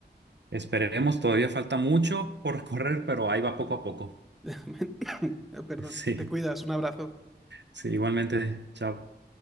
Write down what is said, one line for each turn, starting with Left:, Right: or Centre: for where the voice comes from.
Right: esperemos, todavía falta mucho por <laughs> recorrer, pero ahí va poco a poco.
Centre: <laughs> Perdón,
Right: <laughs> Sí,
Centre: te cuidas, un abrazo.
Right: sí, igualmente, chao.